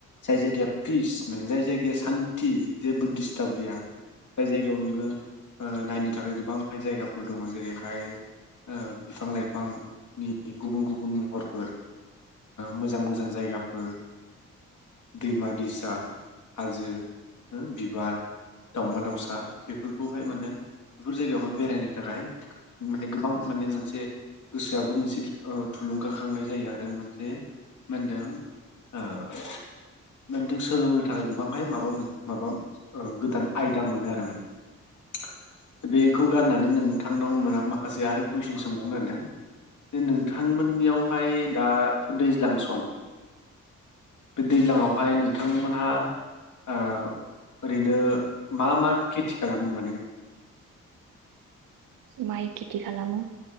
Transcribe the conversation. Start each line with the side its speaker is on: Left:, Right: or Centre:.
Left: जाय जायगाया पिस माने जाय जायगाया सान्थि जेबो दिस टाब गैया जाय जायगायाव नोङो नायनो थाखाय गोबांहाय जायगाफोर दङ जेरैहाय बिफां लाइफांनि गुबुन गुबुन महरफोर मोजां मोजां जायगाफोर दैमा दैसा हाजो। हो बिबार। दावमा-दावसा बेफोरखौहाय मोनो बेफोर जायगायावहाय बेरायनो थाखाय माने गोबां माने मोनसे गोसोआबो मोनसे ओ थुलुंगाखांनाय जायो आरो मोनसे मा होनदों माबा मोनसे सोलोंनो थाखाय गोबांहाय माबा मोन माबा गोदान आयदा मोनो आरो माने बेखौ गारनानै नोंथांनाव माखासे आरो कुइसन सोंबावनो नागिरदों जे नोंथांमोननियावहाय दाथ' दैज्लां सम बे दैज्लांआवहाय नोंथांमोनहा ओ ओरैनो मा मा खेथि खालामो माने?
Right: माइ खिथि खालामो।